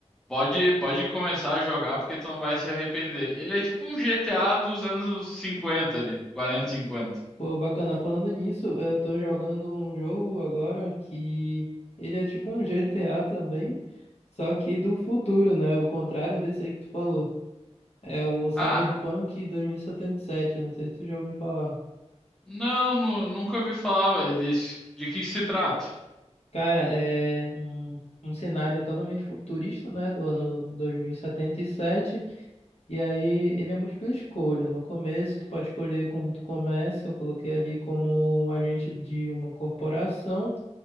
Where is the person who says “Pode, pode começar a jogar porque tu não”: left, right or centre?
Centre